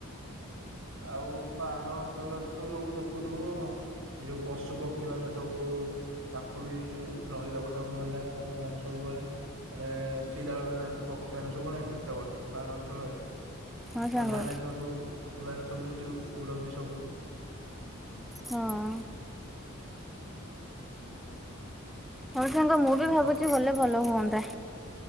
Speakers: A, on the right; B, in the centre.
A: ଆଉ ପାହାଡ ଅଞ୍ଚଳରେ ତ ସବୁ ଦେଖୁଥିବୁ ଯୋଉ ପଶୁ ପ ପକ୍ଷୀ ମାନେ ସବୁ ତାଙ୍କୁ ବି ରହିବାକୁ ତାଙ୍କୁ ଭଲ ଲାଗେ ପକ୍ଷୀ ମାନ ସବୁବେଳେ ମାନେ ଚିରାଳୁ ଥାନ୍ତି ପ ପକ୍ଷୀ ମାନେ ସବୁ ନାଇଁନା ହେତବେଳେ ପାହାଡ଼ ଅଞ୍ଚଳରେ
B: ହଁ
A: ଥଣ୍ଡା
B: ସାଙ୍ଗ। ହଁ।
A: ଲାଗିବ ସବୁ ପକ୍ଷୀମାନେ ସବୁ ହେଇଠି ଉଡ଼ନ୍ତି ସବୁ।
B: ହଁ। ହଁ ସାଙ୍ଗ ମୁଁ ବି
A: ଆଉ
B: ଭାବୁଛି
A: ସଖା
B: ଗଲେ ଭଲ ହୁଅନ୍ତା।